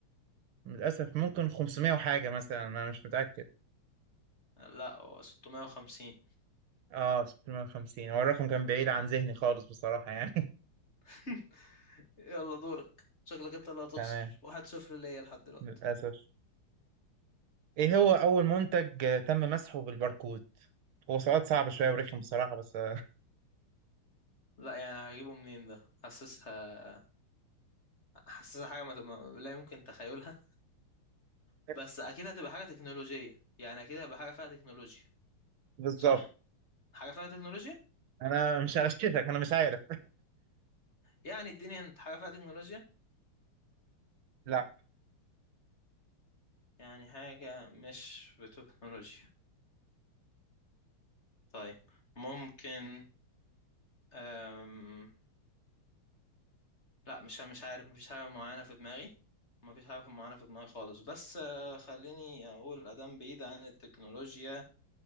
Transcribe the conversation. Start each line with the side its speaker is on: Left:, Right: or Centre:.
Right: للاسف ممكن 500 وحاجه مثلا انا مش متاكد
Left: لا هو 650
Right: اه 650 هو الرقم كان بعيد عن ذهني خالص بصراحه يعني
Left: <laughs> يلا دورك شكلك انت اللي هتخسر
Right: <laughs> تمام
Left: واحد صفر ليا لحد دلوقتي
Right: للاسف ايه هو اول منتج آه، تم مسحه بالباركود هو سؤال صعب شويه ورخم بصراحه بس آه،
Left: لا يعني هجيبه منين ده حاسسها حاسسها حاجة ما... ما- لا يمكن تخيلها
Right: <laughs>
Left: بس أكيد هتبقى حاجة تكنولوجية يعني أكيد هيبقى حاجة فيها تكنولوجيا
Right: بالظبط
Left: صح؟ حاجة فيها تكنولوجيا؟
Right: انا مش هشككك انا مش عارف
Left: يعني اديني انت حاجة فيها تكنولوجيا؟
Right: لا
Left: يعني حاجة مش بتكنولوجيا طيب ممكن أم... لا مش مش عارف مفيش حاجة معينة في دماغي مفيش حاجة معينة في دماغي خالص بس آه، خليني أقول أدام بعيد عن التكنولوجيا